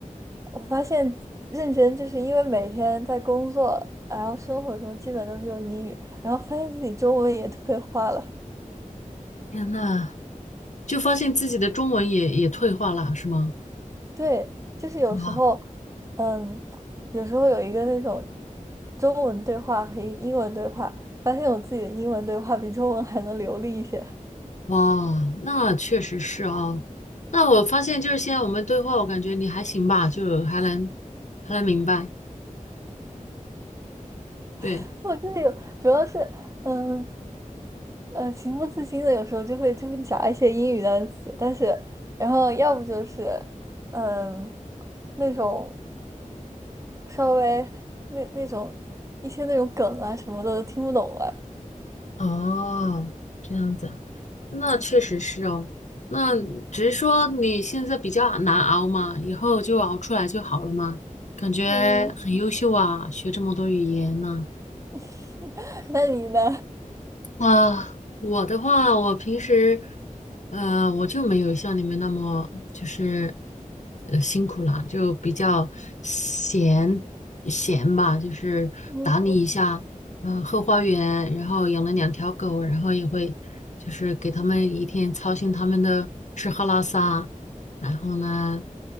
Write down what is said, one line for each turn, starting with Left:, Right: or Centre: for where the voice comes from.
Right: 我发现认真就是因为每天在工作，然后生活中基本都是用英语，然后发现自己中文也退化了。
Left: 天呐，就发现自己的中文也也退化了，是吗？
Right: 对，就是有时候，
Left: 哇
Right: 嗯，有时候有一个那种中文对话和一个英文对话，发现我自己的英文对话比中文还能流利一些。
Left: 哇，那确实是哦。那我发现就是现在我们对话，我感觉你还行吧，就还能还能明白。对，
Right: <laughs> 我就是有，主要是，嗯，呃，情不自禁的，有时候就会就会夹一些英语单词，但是，然后要不就是，嗯，那种稍微那那种一些那种梗啊什么的都听不懂了。
Left: 哦，这样子啊，那确实是哦。那只是说你现在比较难熬嘛，以后就熬出来就好了嘛。感觉很优秀啊，
Right: 嗯，
Left: 学这么多语言呢、
Right: <laughs> 那你呢？
Left: 啊，我的话，我平时，呃，我就没有像你们那么就是，呃，辛苦了，就比较闲闲吧，就是打理一下，
Right: 嗯
Left: 呃，后花园，然后养了两条狗，然后也会就是给他们一天操心他们的吃喝拉撒，然后呢。